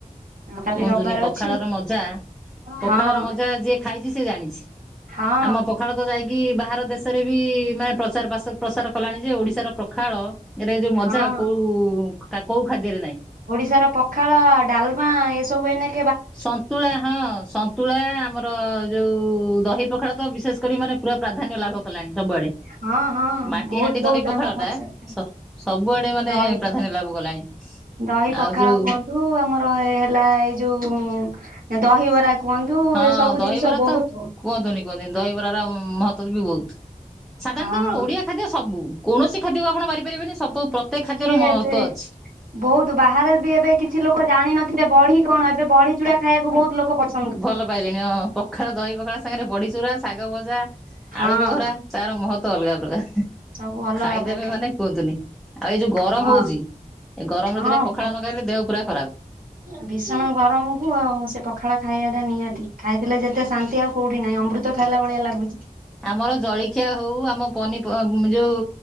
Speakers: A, on the right (about 80°); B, in the centre.
A: ଆଉ କାଲି
B: କୁହନ୍ତୁନି
A: ରବିବାର
B: ପଖାଳ
A: ଅଛି
B: ର ମଜା ପଖାଳର
A: ହଁ
B: ମଜା ଯିଏ ଖାଇଚି ଯିଏ ସିଏ ଜାଣିଚି
A: ହଁ
B: ଆମ ପଖାଳ ତ ଯାଇ କି ବାହାର ଦେଶରେ ବି ମାନେ ପ୍ରଚାର ବାସ ପ୍ରସାର କଲାଣି ଯେ ଓଡିଶାର ପଖାଳ ରେ ଯୋଉ
A: ହଁ
B: ମଜା
A: ହଁ।
B: କୋଉ କା କୋଉ ଖାଦ୍ୟରେ ନାଇଁ।
A: ଓଡିଶାର ପଖାଳ ଡାଲମା ଏସବୁ ଏଇନେ
B: ସନ୍ତୁଳା ହଁ ସନ୍ତୁଳା ଆମର ଯୋଉ ଦହି ପଖାଳ ତ ବିଶେଷ କରି ମାନେ ପୁରା ପ୍ରାଧାନ୍ୟ ଲାଭ କଲାଣି ସବୁଆଡେ।
A: ହଁ ହଁ
B: ମାଟି
A: ବହୁତ
B: ହାଣ୍ଡି
A: ବହୁତ
B: ଦହି ପଖାଳ
A: ଆମ ଓଡିଶାରେ
B: ଟା ସ ସବୁଆଡେ ମାନେ
A: ଦହି
B: ପ୍ରାଧାନ୍ୟ ଲାଭ କଲାଣି।
A: ଦହି ପଖାଳ
B: ଆଉ ଯୋଉ
A: କୁହନ୍ତୁ ଆମର ଏ ହେଲା ଏଇ ଯୋଉ ଦହିବରା କୁହନ୍ତୁ
B: ହଁ
A: ଏ ସବୁ
B: ଦହିବରା
A: ଜିନିଷ
B: ତ
A: ବହୁତ
B: କୁହନ୍ତୁନି କୁହନ୍ତୁନି ଦହିବରାର ମହତ୍ୱ ବି ବହୁତ ସାଧାରଣତଃ
A: ହଁ
B: ଆମର ଓଡିଆ ଖାଦ୍ୟ ସବୁ କୌଣସି ଖାଦ୍ୟକୁ ଆପଣ ବାରିପାରିବେନି ସବୁ ପ୍ରତ୍ୟେକ ଖାଦ୍ୟର
A: କିଏ
B: ମହତ୍ୱ
A: ସେ
B: ଅଛି।
A: ବହୁତ ବାହାରେ ବି ଏବେ କିଛି ଲୋକ ଜାଣିିନଥିଲେ ବଢି କଣ ଏବେ ବଢି ଚୂରା ଖାଇବାକୁ ବହୁତ ଲୋକ ପଛ୍
B: ଭଲ ପାଇଲେଣି ହଁ ପଖାଳ ଦହି ପଖାଳ ସାଙ୍ଗରେ ବଢି ଚୁରା ଶାଗ ଭଜା
A: ହଁ
B: ଆଳୁ ବଘରା। ତାର ମହତ୍ଵ ଅଲଗା ପ୍ରକାର।
A: ସବୁ ଅଲଗା
B: ଖାଇଦେବେ
A: ପ୍ରକାର
B: ମାନେ କୁହନ୍ତୁନି ଆଉ ଏଇ ଯୋଉ ଗରମ
A: ହଁ
B: ହଉଛି ଏ ଗରମ
A: ହଁ
B: ଦିନେ ପଖାଳ
A: ପ୍ର
B: ନଗାଇଲେ ଦେହ ପୁରା ଖରାପ।
A: ଭୀଷଣ ଗରମ କୁ ଆଉ ସେ ପଖାଳ ଖାଇବା ଟା ନିହାତି ଖାଇଦେଲେ ଯେତେ ଶାନ୍ତି ଆଉ କୋଉଠି ନାଇଁ ଅମୃତ ଖାଇଲା ଭଳିଆ ଲାଗୁଛି।
B: ଆମର ଜଳିଖିଆ ହଉ ଆମ ପନିପମ ଯୋଉ